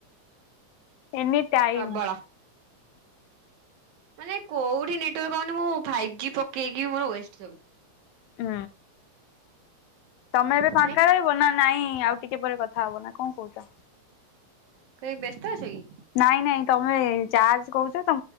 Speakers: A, on the left; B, on the right.
A: Any time.
B: ପ୍ରବଳ ମାନେ କୋଉଠି ନେଟୱାର୍କ ପାଉନି। ମୁଁ ଫାଇଭ୍ ଜି ପକେଇକି ମୋର ୱେଷ୍ଟ ସବୁ।
A: ହଁ। ତୋମେ ଏବେ ଫାଙ୍କା
B: ମାନେ
A: ରହିବ ନା ନାଇଁ ଆଉ ଟିକେ ପରେ କଥା ହବ ନା କଣ କହୁଚ?
B: କାଇଁ ବ୍ୟସ୍ତ ଅଛ କି?
A: ନାଇଁ ନାଇଁ ତମେ ଚାର୍ଜ କହୁଚ।